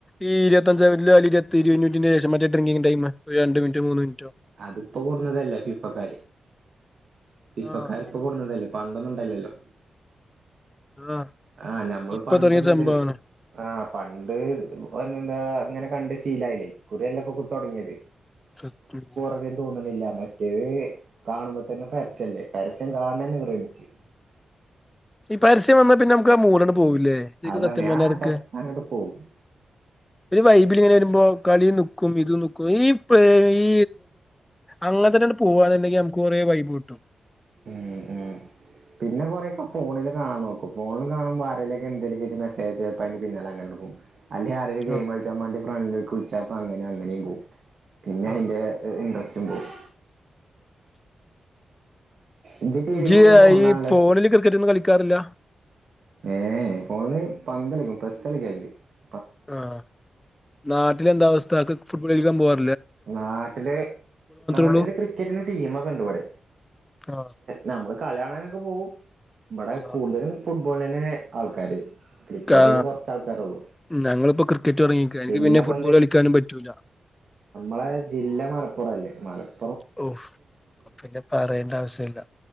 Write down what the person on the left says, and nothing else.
ഈ ഇരുപത്തഞ്ചാ എല്ലാ ഇര <unintelligible> ശം മറ്റേ ഡ്രിങ്കിംങ് ടൈം ഒരു രണ്ട് മിനിറ്റ് മൂന്ന് മിൻ
ആഹ്
ആഹ്
ഇപ്പൊ
തുടങ്ങിയ
സംഭവമാണ്
സത്യം
പരസ്യ വന്നാ പിന്നെ നമുക്കാ ആ മൂഡാണ്ട് പോ പോവുല്ലേ <unintelligible> ക്ക്
സത്യം പറഞ്ഞാ
തൊക്കെ
ഒരു വൈബില് ഇങ്ങനെ വരുമ്പോ കളിം നിക്കും ഇതും നിക്കും ഈ ഇ പ്പ യീ അങ്ങൻ തന്നെ പോവാന്നുണ്ടെങ്കിൽ നമുക്ക് കുറെേ വൈബ് ക് ട്ടും
ആഹ്
ആഹ്
ഇജ്
ഈ ഫോണില് ക്രിക്കറ്റെന്നും കളി ക്കാറില്ല
ആനാട്ടില് എന്താ അവ സ്ഥ ഫുട്ബോൾ കളിക്കാൻപോവാ
ഉള്ളൂ
ആഹ്
ആഹ്
ക്കാ
ഞങ്ങൾപ്പോക്രിക്കറ്റ് തുടങ്ങിക്കാ എനിക്ക്
പിന്നെ ഫുട്ബോൾ കളിക്കാനും പറ്റൂല
ഓ പിന്നെ പറയേണ്ട ആവശ്യല്ല